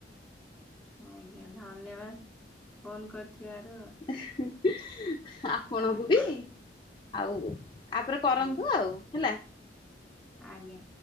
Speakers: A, in the centre; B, on the left.
A: ଆଜ୍ଞା, ଧନ୍ୟବାଦ୍‌ ଫୋନ୍‌ କରିଥିବାରୁ ଆଉ।
B: <inaudible>
A: ଆଜ୍ଞା
B: କରନ୍ତୁ
A: ଆଜ୍ଞା
B: ଆଉ ହେଲା।
A: ଆଜ୍ଞା।